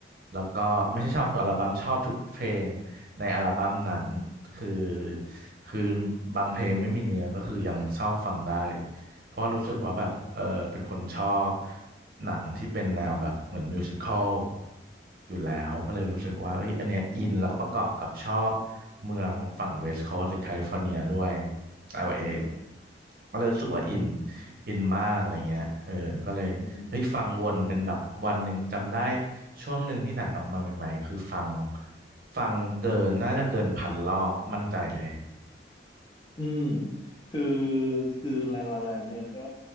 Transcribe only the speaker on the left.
อืม
อืม
อืม
อืมคือคือลาลาแลนเนี่ยก็